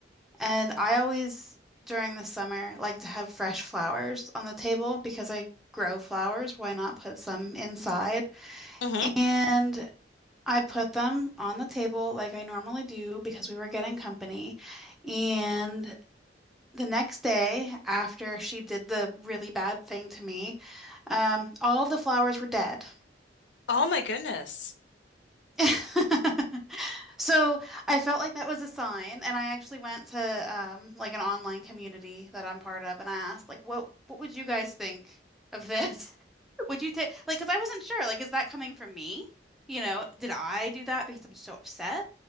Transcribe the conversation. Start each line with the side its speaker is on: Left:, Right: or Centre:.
Centre: And I always, during the summer, like to have fresh flowers on the table because I grow flowers. Why not put some inside?
Left: hmm
Centre: And I put them on the table like I normally do because we were getting company. And the next day, after she did the really bad thing to me, um, all of the flowers were dead.
Left: Oh my goodness.
Centre: <laughs> So I felt like that was a sign, and I actually went to um, like an online community that I'm part of, and I asked, like, what what would you guys think of this? <laughs> Would you take like, because I wasn't sure, like, is that coming from me? You know, did I do that because I'm so upset,